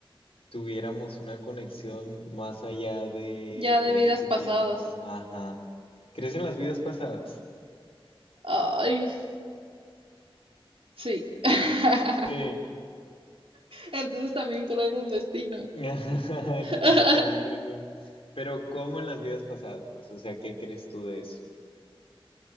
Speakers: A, on the left; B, on the right.
A: tuviéramos una conexión más allá de
B: ya de
A: este
B: vidas pasadas.
A: tiempo. Ajá. ¿Crees en las vidas pasadas?
B: Ay, sí. <laughs>
A: Sí.
B: Entonces también creo en un destino.
A: <laughs> Entonces
B: <laughs>
A: también crees en... Pero ¿cómo en las vidas pasadas? Pues, o sea, ¿qué crees tú de eso?